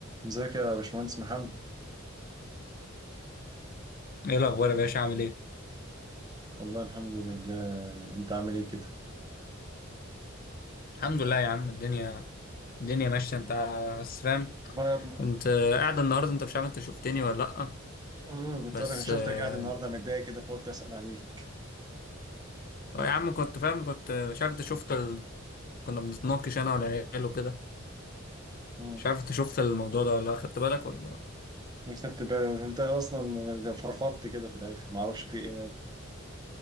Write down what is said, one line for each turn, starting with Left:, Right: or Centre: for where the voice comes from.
Right: ازيك يا باشمهندس محمد
Left: ايه الاخبار يا باشا عامل ايه
Right: والله الحمد لله انت عامل ايه كده
Left: الحمد لله يا عم الدنيا الدنيا ماشيه انت بس فاهم
Right: ما
Left: كنت آه، قاعد النهارده انت مش عارف انت شفتني ولا لا
Right: آه، كنت
Left: بس
Right: انا شفتك
Left: آه،
Right: قاعد النهارده متضايق كده فقلت اسال عليك
Left: آه يا عم كنت فاهم كنت آه، مش عارف انت شفت ال... كنا بنتناقش انا والعيال وكده
Right: امم
Left: مش عارف انت شفت الموضوع ده ولا لأ، خدت بالك ولا لأ؟
Right: مش خدت بالي بس انت اصلا فرفرت كده في الاخر ما اعرفش في ايه مال